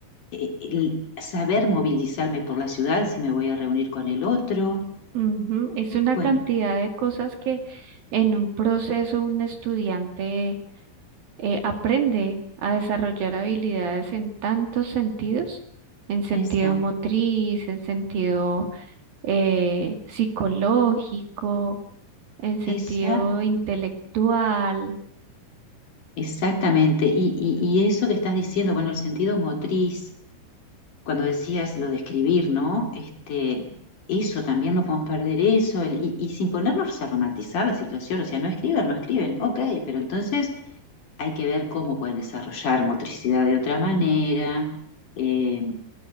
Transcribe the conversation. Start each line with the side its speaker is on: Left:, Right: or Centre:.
Left: eh, el saber movilizarme por la ciudad si me voy a reunir con el otro.
Right: Ujú, Es
Left: Bueno,
Right: una cantidad de cosas que en un proceso un estudiante eh, aprende a desarrollar habilidades en tantos sentidos, en sentido
Left: esa,
Right: motriz, en sentido eh, psicológico, en sentido
Left: esa,
Right: intelectual.
Left: exactamente. Y, y, y eso que estás diciendo, bueno, el sentido motriz, cuando decías lo de escribir, ¿no? Este, eso también no podemos perder eso, el- y, y sin ponernos a romantizar la situación, o sea, no escriben, no escriben, ok, pero entonces hay que ver cómo pueden desarrollar motricidad de otra manera. eh,